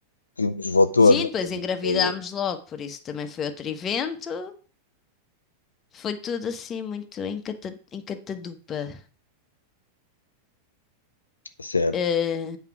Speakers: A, on the left; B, on the left.
A: que nos voltou
B: Sim,
A: a dar,
B: depois engravidámos
A: eh,
B: logo, por isso também foi outro evento. Foi tudo assim muito em, cata, em catadupa.
A: certo.
B: Eh,